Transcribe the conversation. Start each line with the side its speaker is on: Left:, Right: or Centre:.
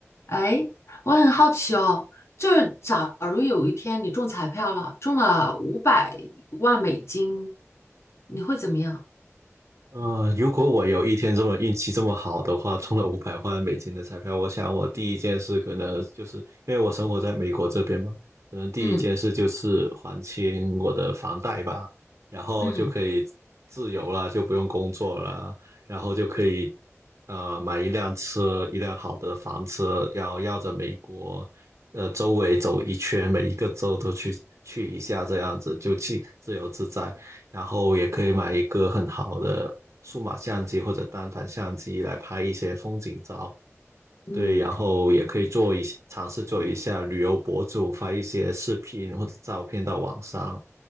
Left: 哎，我很好奇哦，就是假如有一天你中彩票了，中了五百万美金，你会怎么样？
Right: 呃，如果我有一天这么运气这么好的话，中了五百万美金的彩票，我想我第一件事可能就是因为我生活在美国这边嘛，可能第一件事就是还清我的房贷吧，
Left: 嗯
Right: 然后就可以自由了，
Left: 嗯，
Right: 就不用工作了，然后就可以呃买一辆车，一辆好的房车，要绕着美国呃周围走一圈，每一个州都去去一下，这样子就去自由自在。然后也可以买一个很好的数码相机或者单反相机来拍一些风景照。
Left: 嗯，
Right: 对，然后也可以做一些尝试做一下旅游博主，发一些视频或者照片到网上，